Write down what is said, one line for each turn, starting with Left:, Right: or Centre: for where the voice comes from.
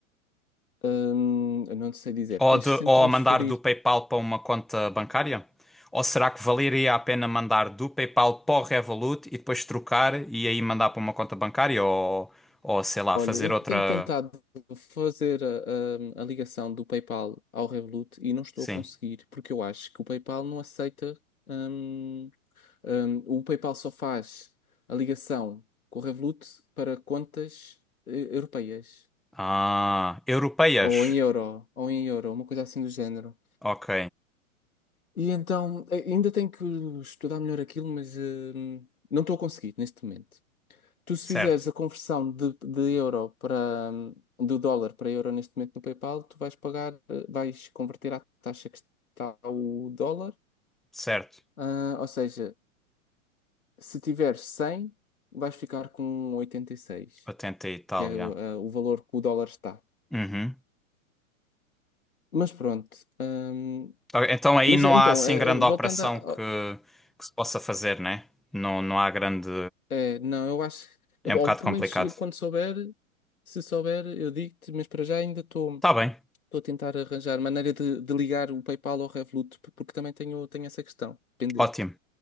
Left: Hum, eu não te sei dizer,
Centre: Ou,
Left: tens
Centre: de,
Left: que sempre
Centre: ou
Left: transferir.
Centre: a mandar do PayPal para uma conta bancária? Ou será que valeria a pena mandar do PayPal para o Revolut e depois trocar e aí mandar para uma conta bancária? Ou, ou sei lá,
Left: Olha,
Centre: fazer
Left: eu
Centre: outra.
Left: tenho tentado fazer a, a- a ligação do PayPal ao Revolut e não estou
Centre: Sim.
Left: a conseguir, porque eu acho que o PayPal não aceita. hum, hum, o PayPal só faz a ligação com o Revolut para contas eh, europeias,
Centre: Ah, europeias.
Left: ou em euro, ou em euro, uma coisa assim do género.
Centre: Ok.
Left: E então, eh, ainda tenho que estudar melhor aquilo, mas hum, não estou a conseguir neste momento. Tu se
Centre: Certo,
Left: fizeres a conversão de, de euro para, hum, do dólar para euro neste momento no PayPal, tu vais pagar, eh, vais converter à taxa que está o dólar.
Centre: certo.
Left: Ah, ou seja, se tiveres 100, vais ficar com 86,
Centre: 80 e tal,
Left: que é
Centre: yeah.
Left: o ah, o valor que o dólar está.
Centre: Uhum.
Left: Mas pronto. hum,
Centre: Ok, Então aí
Left: mas
Centre: não
Left: então,
Centre: há assim
Left: eh,
Centre: grande
Left: em- voltando
Centre: operação
Left: a.
Centre: que,
Left: oh,
Centre: que se possa fazer, né? Não, não há grande.
Left: é, não, eu acho.
Centre: É
Left: eu-
Centre: um
Left: Ou
Centre: bocado
Left: pelo
Centre: complicado.
Left: menos eu quando souber, se souber, eu digo-te, mas para já ainda estou.
Centre: Tá bem,
Left: Estou a tentar arranjar maneira de, de ligar o PayPal ao Revolut, p- porque também tenho, tenho essa questão pendente.
Centre: ótimo.